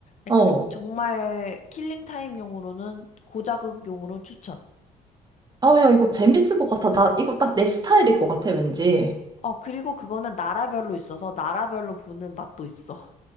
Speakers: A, on the left; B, on the right.
A: 약간
B: 어.
A: 정말 킬링 타임용으로는 고자극용으로 추천.
B: 아, 야, 이거 재밌을 것 같아. 나, 이거 딱 내 스타일일 것 같아, 왠지.
A: 어, 그리고 그거는 나라별로 있어서 나라별로 보는 맛도 있어.